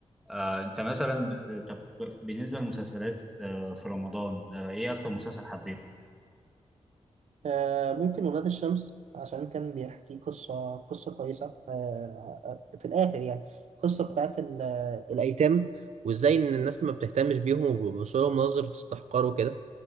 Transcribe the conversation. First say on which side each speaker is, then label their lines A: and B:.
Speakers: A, in the centre; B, on the right.
A: آه، انت مثلا في- طب بالنسبه للمسلسلات آه، في رمضان آه، ايه اكتر مسلسل حبيته
B: آه، ممكن ولاد الشمس عشان كان بيحكي قصة قصة كويسة آه، في الآخر يعني قصة بتاعت ال- الأيتام وإزاي إن الناس ما بتهتمش بيهم وبيبصوا لهم نظرة استحقار وكده